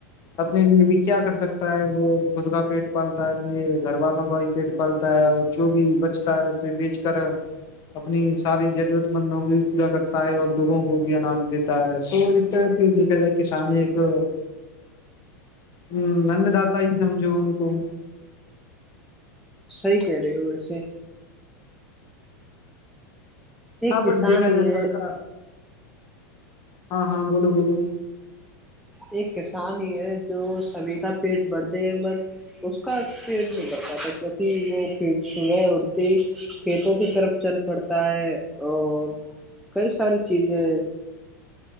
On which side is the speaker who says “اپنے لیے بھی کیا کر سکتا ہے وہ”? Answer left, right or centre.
Left